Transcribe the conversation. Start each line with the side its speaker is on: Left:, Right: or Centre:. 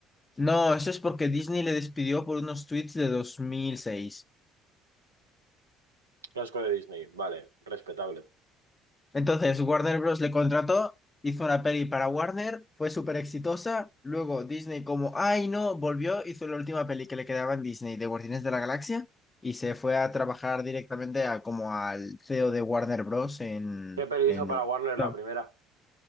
Left: No, eso es porque Disney le despidió por unos tweets de 2006.
Right: Casco de Disney. Vale, respetable.
Left: Entonces, Warner Bros. le contrató, hizo una peli para Warner, fue súper exitosa. Luego Disney como, ay no, volvió, hizo la última peli que le quedaba en Disney de Guardianes de la Galaxia y se fue a trabajar directamente a, como al CEO de Warner Bros. en...
Right: ¿Qué peli
Left: en...
Right: hizo para Warner
Left: no,
Right: la primera?